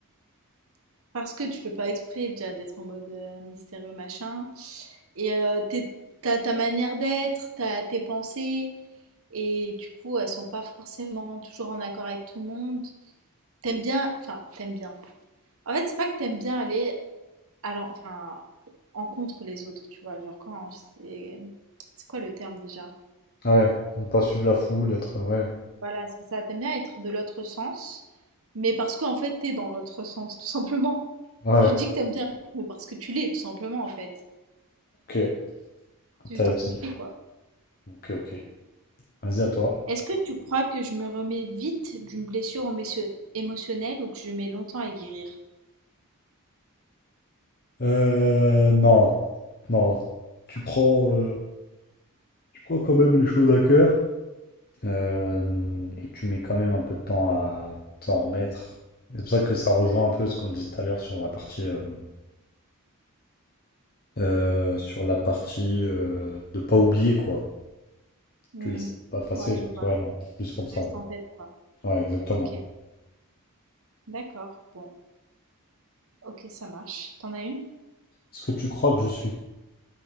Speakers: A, on the right; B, on the left.
A: Parce que tu fais pas exprès déjà d'être en mode euh, mystérieux machin. Et euh, t'es- t'as ta manière d'être, t'as tes pensées, et du coup, elles sont pas forcément toujours en accord avec tout le monde. T'aimes bien, enfin, t'aimes bien. En fait, c'est pas que t'aimes bien aller à l'en- enfin, en contre les autres, tu vois. Genre quand c'est, c'est quoi le terme déjà?
B: Ouais, ne pas suivre la foule, être... euh,
A: Voilà, c'est ça. T'aimes bien être de l'autre sens, mais parce qu'en fait, t'es dans l'autre sens, tout simplement.
B: Ouais,
A: Tu
B: ouais,
A: dis que t'aimes bien le rythme parce que tu l'es, tout simplement, en fait.
B: ok,
A: C'est
B: intéressant.
A: juste incompris, quoi.
B: Ok, ok, vas-y à toi.
A: Est-ce que tu crois que je me remets vite d'une blessure émotion- émotionnelle ou que je mets longtemps à guérir?
B: Euh, non, non, tu prends, euh, tu prends quand même les choses à cœur. Euh, et tu mets quand même un peu de temps à t'en remettre. C'est pour ça que ça rejoint un peu ce qu'on disait tout à l'heure sur la partie, euh, euh, sur la partie euh, de pas oublier, quoi.
A: Hmm.
B: Tu laisses pas passer,
A: Ouais,
B: donc
A: je vois.
B: ouais, non, plus comme ça.
A: Reste
B: ouais.
A: en tête, quoi.
B: Ouais, exactement.
A: Ok, d'accord. Bon, ok, ça marche. T'en as une?
B: Est-ce que tu crois que je suis...